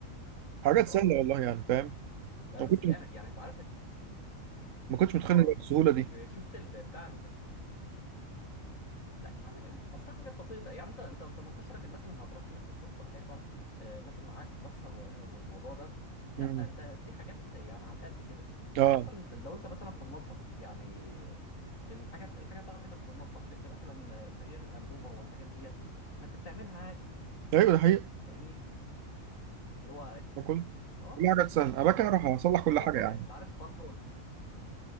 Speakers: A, on the right; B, on the left.
A: حاجات
B: اه
A: سهله والله يعني فاهم
B: لا
A: ما
B: بس
A: كنت
B: جامد يعني انت عارف ال...
A: ما كنتش متخيل
B: اه
A: إنها بالسهوله دي
B: لا، شفت ال... بتاع لا يا عم يعني اصل حاجات بسيطه يعني انت انت 18 راجل مثلا هتروح تمد سلوك في الحيطه آه، مثلا عايز تكسر و- والموضوع ده لا
A: امم
B: انت دي حاجات يعني على قد كده
A: اه
B: يعني مثلا لو انت مثلا في المطبخ يعني الحاجات الحاجات بتاعتك اللي في المطبخ انت مثلا آه، تغيير الانبوبه والحاجات ديت ما انت بتعملها عادي
A: ايوه ده حقيقي
B: فاهمني اللي هو
A: باكل
B: اه
A: كل حاجه تسال انا بكره
B: فلا
A: اروح
B: عادي
A: اصلح كل
B: وبرضه
A: حاجه يعني
B: انت عارف برضه